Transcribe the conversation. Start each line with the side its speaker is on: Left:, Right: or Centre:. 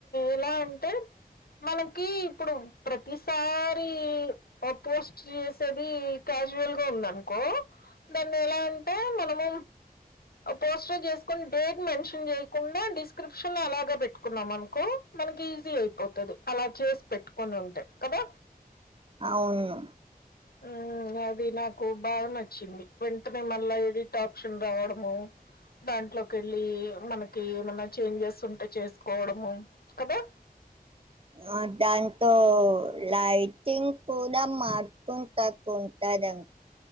Left: ఎలా అంటే మనం ప్రతిసారి పోస్ట్ చేసేది క్యాజువల్గా ఉందనుకో దాన్ని ఎలా అంటే మనము పోస్టర్ చేసుకుొని డేట్ మెన్షన్ చే కుండా డిస్క్రిప్షన్ లో అలాగ పెట్టుకున్నాం అనుకో మనకి ఈజీ అయిపోతుంది అలా చేసి పెట్టుకుని పెట్టుకుంటె కదా
Right: అవును
Left: ఉమ్, అది నాకు బాగ నచ్చింది వెంటనే మళ్ళా ఎడిట్ ఆప్షన్ రావడము దాంట్లో కెళ్ళి మనకి ఏమన్న చేంజెస్ ఉంటే చేసుకోవడము కదా
Right: ఆ దాంతో లైటింగ్ కూడ మార్కుని తకుంట కదా